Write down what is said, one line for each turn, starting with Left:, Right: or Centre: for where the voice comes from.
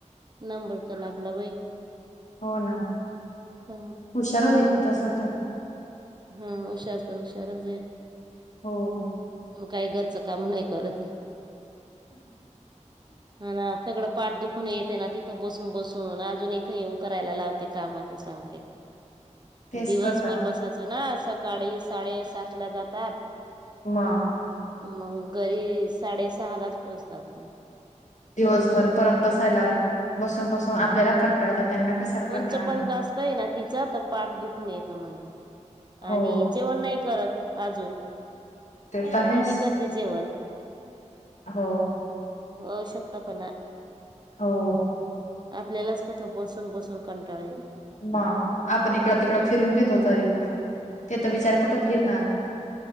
Right: नंबर त लागला बाई.
Left: हो ना
Right: ह
Left: हुशार होती तस आता.
Right: ह हुशारत हुशारच ए.
Left: हो!
Right: म काही घरचं काम नाही करत. हा ना सगळं पाठ दुखून येतयना तिथं बसून बसून अजून इथं येऊन करायला ला ते काम अस सांगते
Left: तेच
Right: दिवसभर
Left: करतात
Right: ब तसं ना सकाळी साडेसात ला जातात.
Left: म
Right: मग घरी साडेसहालाच पोहोचतात मग
Left: दिवसभर परत बसायला. बसून बसून आपल्याला
Right: हम्म.
Left: कंटाळा येतो. त्यांना कशाला कंटाळा
Right: उंच
Left: आणणार.
Right: पण जास्त है ना. तिचं तर पाठ दुखून येतो म्हणे,
Left: हो
Right: आणि जेवण नाही करत अजून
Left: ते तर आहेच
Right: कमी करते जेवण.
Left: हो
Right: अशक्तपणा
Left: हो.
Right: आपल्यालाच इथ बसून बसून कंटाळा येईल.
Left: मा आपण इकडं तिकडं
Right: हा
Left: फिरून घेतो तरी पण तिथ बिचाऱ्या कुठं फिरणार?